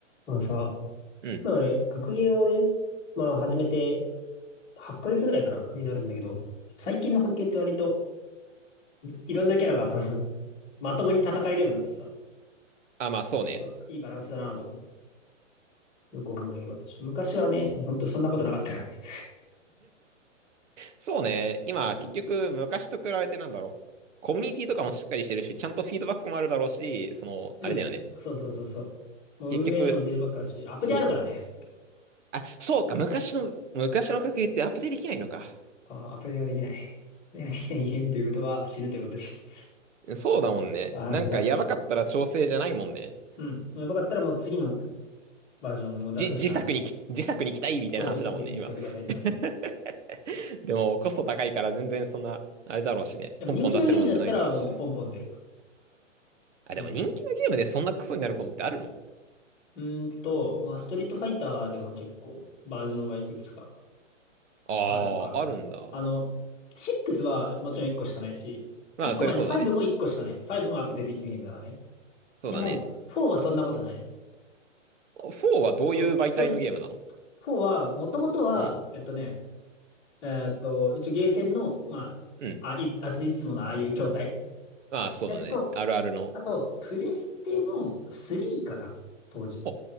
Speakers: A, on the left; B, on the right.
A: あのさ、
B: うん。
A: まあ俺、学芸をね、まあ始めて8ヶ月ぐらいかな、になるんだけど、最近の学芸って割といろんなキャラがそのまともに戦えるようになってさ、
B: あ、まあそうね。
A: あのいいバランスだなと思う。よく思うんだけど、昔はね、ほんとそんなことなかったからね。
B: そうね。今、
A: <laughs> うん。
B: 結局、昔と比べてなんだろう。コミュニティとかもしっかりしてるし、ちゃんとフィードバックもあるだろうし、その、
A: うんそうそうそうそう。
B: あれだよね。
A: もう運営にもフィードバックあるし、
B: 結局、
A: アップデーあるからね。
B: そうそうそう。あ、そうか、昔の、昔の格ゲーってアップデートできないのか。
A: あ、アップデーができない。アップデーができないゲームということは死ぬということです。
B: そうだもんね。
A: バランスが。
B: なんか、やばかったら調整じゃないもんね。
A: うん。やばかったらもう次のバージョンを出すしかない。
B: じ、自作にき、自作に期待みたいな話だもんね、
A: そう、おじさくにご期待くださいになる。
B: 今。<laughs> でも、コスト高いから全然そんな、あれだろうしね。
A: でも人気なゲームだったらもうポンポン出る。
B: ポンポン出せるもんじゃないだろうし。あ、
A: なんだろう。
B: でも人気のゲームでそんなクソになることってあるの
A: うーんと、まあ、ストリートファイターでも結構バージョンはいくつか
B: ああー、
A: あるかな。
B: あるんだ。
A: あの、6はもちろん1個しかないし、
B: まあ、
A: 1個前の5も1個しかない。
B: それそうだね。
A: 5もアップデートできるゲームだからね。
B: そうだね。
A: でも、4はそんなことないの。
B: 4はどういう媒体のゲームなの
A: そう、ストリ、4は、もともとは、
B: うん。
A: えっとね、えっと、一応ゲーセンの、まあ、
B: うん。
A: あ、い、あつ、いつものああいう兄弟の
B: ああ、そうだね。
A: やつと、
B: あるあるの。
A: あと、プレステの3かな当時。
B: お、